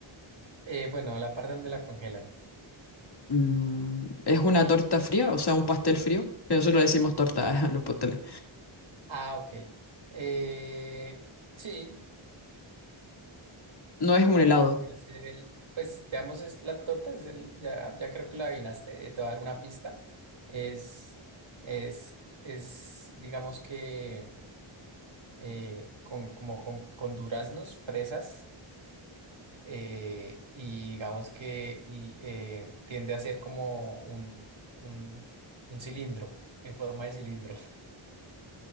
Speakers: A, on the right; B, on the left.
A: Eh, bueno, la parte donde la congelan.
B: Mm, es una torta fría, o sea, un pastel frío, que nosotros le decimos torta <laughs> a los pasteles.
A: Ah, ok. Eh, sí.
B: No es un helado.
A: Podría ser el, pues digamos es la torta, es el, ya, ya creo que lo adivinaste, eh, te voy a dar una pista. Es, es, es, digamos que eh, con, como con, con duraznos, fresas, eh, y digamos que l- eh, tiende a ser como un, un, un cilindro, en forma de cilindro. <laughs>